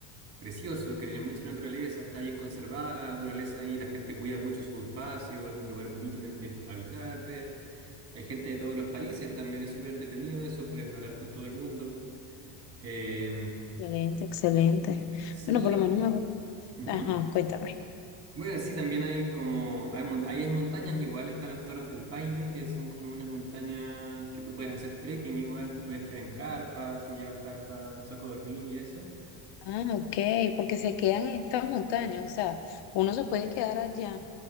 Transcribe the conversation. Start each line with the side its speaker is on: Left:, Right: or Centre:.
Right: precioso, que tiene mucha naturaleza, está bien conservada la naturaleza ahí, la gente cuida mucho su espacio, es un lugar bonito en el que habitar, ver. Hay gente de todos los países también, es súper entretenido eso, puedes hablar con todo el mundo. Eh,
Left: Excelente, excelente.
Right: sí,
Left: Bueno, por
Right: eh,
Left: lo menos me gusta.
Right: ujú.
Left: Ajá, cuéntame.
Right: Bueno, sí, también hay como, hay, mon- ahí hay montañas igual, están las Torres del Paine, que son como unas montañas que tú puedes hacer trekking igual, te puedes quedar en carpas, si llevas carpas, un saco a dormir y eso.
Left: Ah, ok, porque se quedan en estas montañas, o sea, uno se puede quedar allá